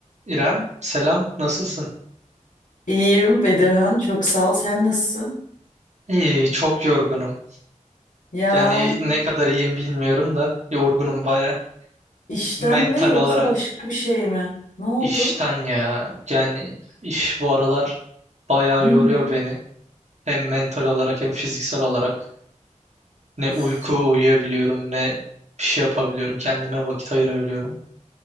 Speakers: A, on the right (about 60°); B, on the left (about 85°).
A: İrem, selam. Nasılsın?
B: İyiyim Bedirhan, çok sağ ol. Sen nasılsın?
A: İyi, çok yorgunum.
B: Ya
A: Yani ne kadar iyiyim bilmiyorum da yorgunum baya.
B: işten
A: Mental
B: mi yoksa
A: olarak
B: başka bir şey mi? Ne oldu?
A: işten ya. Yani iş bu aralar baya
B: Hı
A: yoruyor
B: hı.
A: beni. Hem mental olarak hem fiziksel olarak. Ne
B: Uf,
A: uyku uyuyabiliyorum ne bir şey yapabiliyorum. Kendime vakit ayırabiliyorum.